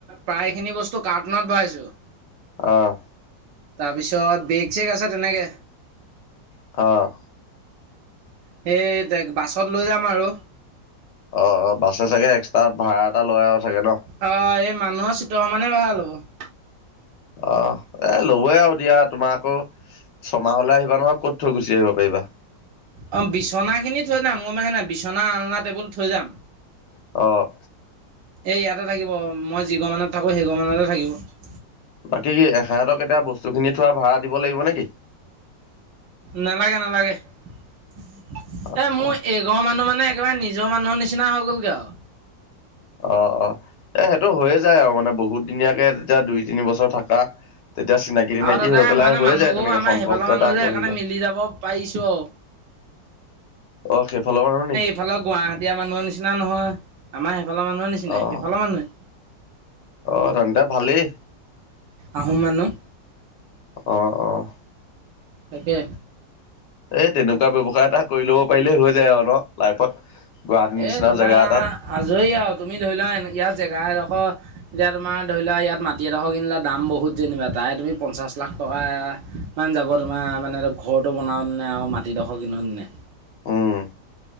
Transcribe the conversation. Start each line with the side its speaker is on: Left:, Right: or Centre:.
Right: প্ৰায়খিনি বস্তু কাৰ্টুনত ভৰাইছোঁ।
Left: অ'।
Right: তাৰপিছত বেগ, চেক আছে তেনেকৈ।
Left: অ'।
Right: সেই বাছত লৈ যাম আৰু।
Left: অ', অ', বাছে চাগে এক্সট্ৰা ভাড়া এটা লৈ আৰু চাগে ন
Right: অ, এই মানুহৰ চিতৰ সমানে ভাল হ'ব।
Left: অ, এ, ল'বই আৰু দিয়া তোমাৰ আকৌ ছমাহলৈ আহিবা নহয় ক'ত থৈ গুচি আহিব পাৰিবা।
Right: অ, বিছনাখিনি থৈ যাম গমাই নাই বিছনা আলনা টেবুল থৈ যাম।
Left: অ'।
Right: এই ইয়াতে থাকিব মই যিগৰ মমানত থাকোঁ সেইগৰ মমানতে থাকিব।
Left: বাকী কি এসহাঁতক এতিয়া বস্তু খিনি থোৱা ভাড়া দিব লাগিব নেকি?
Right: নালাগে, নালাগে এ
Left: আচ্ছা
Right: মোৰ এই আগৰ মানু মানেবাৰে নিজৰ মানুহ নিচনা হৈ গলগৈ আৰু।
Left: অ', অ', এ সেইটো হৈয়ে যায় আৰু মানে বহুত দিনীয়াকে এতিয়া দুই তিনি বছৰ থকা তেতিয়া চিনাকি, তিনকি
Right: আৰু দাদা
Left: হৈ পেলাই
Right: মানে
Left: হৈয়ে
Right: মানুহঘৰো
Left: যায় তেনেকে
Right: আমাৰ
Left: সম্পৰ্ক
Right: সেইফালৰ মানুহ
Left: এটা
Right: যে
Left: গৰিলে।
Right: সেইকাৰণে মিলি যাব পাৰিছোঁ আৰু
Left: অ, খে ফল বন নিকি?
Right: ইফালৰ গুৱাহাটীয়া মানুহৰ নিচিনা নহয় আমাৰ সেইফালৰ মানুহৰ নিচিনা
Left: অ',
Right: সেইফালৰ মানুহে।
Left: অ, তেন্তে ভালেই।
Right: আহোম মানহ
Left: অ', অ'।
Right: তাকে।
Left: এই তেনেকুৱা ব্যৱসায় এটা কৰি ল'ব পাৰিলেই হৈ যায় আৰু ন লাইফত। গুৱাহাটীৰ
Right: এ
Left: নিচিনা
Right: তোমাৰ
Left: জেগা এটাত
Right: আজৰি আৰু তুমি ধৰি লোৱা ইয়াত জেগা এডোখৰ এতিয়া তোমাৰ ধৰি লোৱা ইয়াত মাটি এডোখৰ কিনিলা দাম বহুত যেনিবা তাই তুমি পঞ্চাছ লাখ টকা ইমান যাব তোমাৰ মানে ঘৰটো বনাও নি নে আৰু মাটিডোখৰ কিনো নে।
Left: উম।